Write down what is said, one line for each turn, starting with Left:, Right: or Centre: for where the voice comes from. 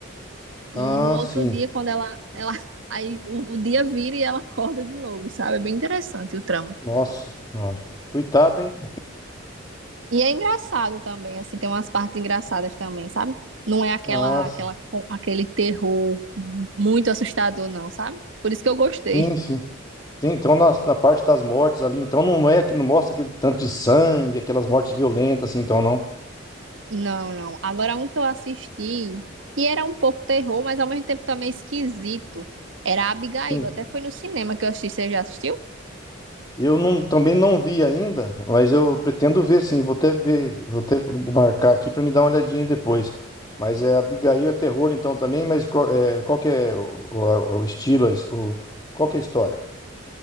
Left: Ah,
Right: E no outro
Left: sim.
Right: dia, quando ela, ela <laughs> aí o, o dia vira e ela acorda de novo, sabe? É bem interessante o trama.
Left: Nossa senhora. Coitado, hein?
Right: E é engraçado também, assim, tem umas partes engraçadas também, sabe? Não é aquela,
Left: Ah, sim.
Right: aquela, aquele terror muito assustador, não, sabe? Por isso que eu gostei.
Left: Sim, sim. Sim, então nas- na, parte das mortes ali, então não é que não mostra aquele tanto de sangue, aquelas mortes violentas, assim, então não.
Right: Não, não. Agora, um que eu assisti, que era um pouco terror, mas ao mesmo tempo também esquisito, era Abigail.
Left: Sim.
Right: Até foi no cinema que eu assisti. Você já assistiu?
Left: Eu não, também não vi ainda, mas eu pretendo ver sim. Vou até ver, vou até marcar aqui para me dar uma olhadinha depois. Mas é Abigail é terror então também, mas qual, é, qual que é o, o- o estilo, o, qual que é a história?